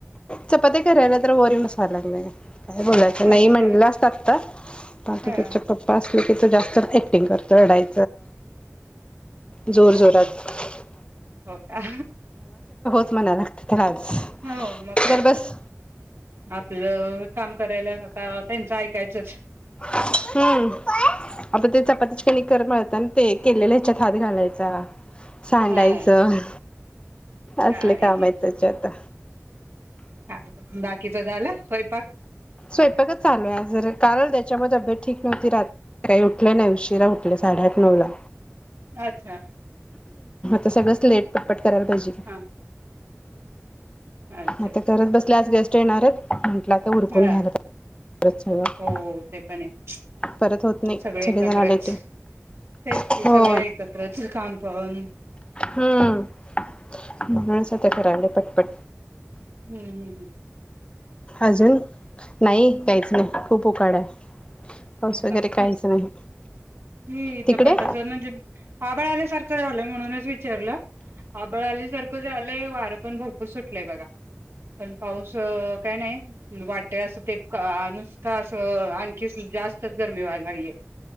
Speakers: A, on the left; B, on the right.
A: चपात्या करायला तर वर येऊन बसालाय. काय बोलायचं नाही
B: अच्छा
A: म्हणलं असतात त्याच्या
B: हा
A: पप्पा अस त ति तर जास्त अक्टिंग करतं रढाय जोर जोरात
B: हो का?
A: म्हणाला तर आज
B: हो मग काय
A: बर
B: तर
A: बस
B: आपलं काम करायला आता त्यांचं ऐकायचंच.
A: हम्म आपन ते चपाती कणिक तेन त्या मळताना ते केलेल्या ह्याच्यात हात घालायचा सांडायचं
B: हा. काय
A: असले काम आहेत त्याचे आता.
B: काय बाकीच झालं स्वयंपाक.
A: स्वयंपाक चालू आहे जर कारण त्याच्यामध्ये तब्येत ठीक नव्हती रात् काही उठले नाही उशिरा उठले साडेआठ नऊ ला
B: अच्छा
A: तर सगळं लेट पटपट करायला पाहिजे.
B: हा अच्छा
A: आता करत बसल्यास गेस्ट येणारेत म्हटलं आता उरकून
B: ह
A: घ्यायला पाहिजे परत सगळं
B: हो ते पण आहे
A: परत होत नाही
B: सगळे
A: सगळेजण
B: एकत्रच
A: आले की
B: तेच
A: हो
B: की सगळे एकत्रच काम पाहून
A: हम्म म्हणूनच आता कराला पटपट
B: हम्म हम् हम्
A: अजून नाही काहीच खूप उकाडा आहे. पाऊस
B: होय का
A: वगैरे काहीच
B: हं
A: नाही
B: मी इथ
A: तिकडे
B: पण तस म्हणजे आभाळ आल्यासारखं झालं म्हणूनच विचारलं आभाळ आल्या सारखं झालंय वारा पण भरपूर सुटलं बघा पण पाऊस काय नाही वाटय असूते का नुस्ता असं आणखी जास् तर गर्मी व्हाय लागली आहे.